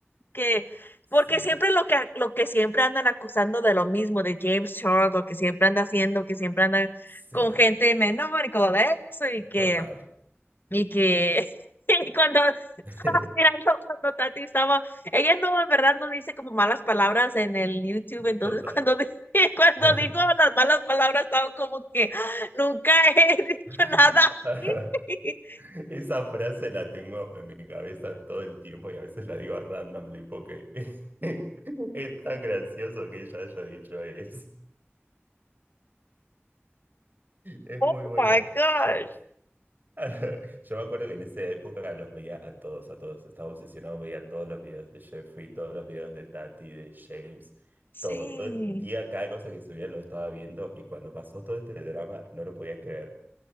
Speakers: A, on the left; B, on the right.
A: que,
B: Sí.
A: porque siempre lo que, lo que siempre andan acusando de lo mismo, de James Charles, lo que siempre anda haciendo, que siempre andan
B: Sí.
A: con gente menor y como de eso, y que,
B: Total.
A: y que, <laughs> y cuando estaba
B: <laughs>
A: mirando, cuando Tati estaba, ella no, en verdad, no dice como malas palabras en el YouTube, entonces
B: Total.
A: cuando, di- <laughs> cuando
B: <laughs>
A: dijo las malas palabras, estaba como que "Ah, nunca he <laughs> dicho
B: <laughs>
A: nada así. <laughs>
B: Esa frase la tengo en mi cabeza todo el tiempo y a veces la digo randomly porque <laughs> es tan gracioso que ella haya dicho eso. Es
A: Oh
B: muy bueno.
A: my gosh.
B: Yo, <laughs> yo me acuerdo que en esa época los veía a todos, a todos. Estaba obsesionado, veía todos los videos de Jeffrey, todos los videos de Tati, de James,
A: Sí,
B: todo. Todo el día, cada cosa que subía lo estaba viendo y cuando pasó todo este drama no lo podía creer.